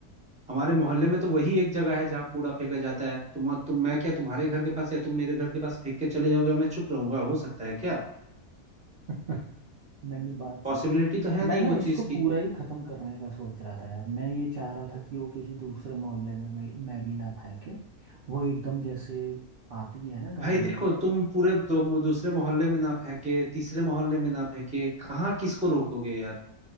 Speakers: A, in the centre; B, on the right (about 65°).
A: हमारे मोहल्ले में तो वही एक जगह है जहाँ कूड़ा फेंका जाता है तुम तुम मैं क्या तुम्हारे घर के पास या तुम मेरे घर के पास फेंक के चले जाओगे और मैं चुप रहूंगा हो सकता है क्या
B: <laughs> नहीं नहीं, बात
A: पॉसिबिलिटी
B: सही
A: तो है नहीं
B: मैं ना
A: वो
B: इसको
A: चीज की
B: पूरा ही खत्म करने का सोच रहा था यार मैं ये चाह रहा था कि वो किसी दूसरे मोहल्ले में मैं, मैं भी ना फेंके वो एकदम जैसे आती है ना
A: भाई
B: गाड़ियां
A: देखो तुम पूरे दो दूसरे मोहल्ले में ना फेंके तीसरे मोहल्ले में ना फेंके कहाँ किसको रोकोगे यार